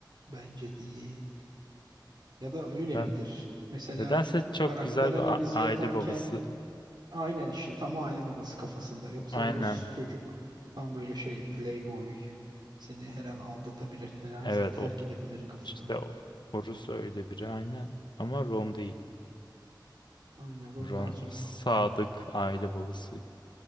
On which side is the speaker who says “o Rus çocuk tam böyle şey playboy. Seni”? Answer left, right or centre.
Right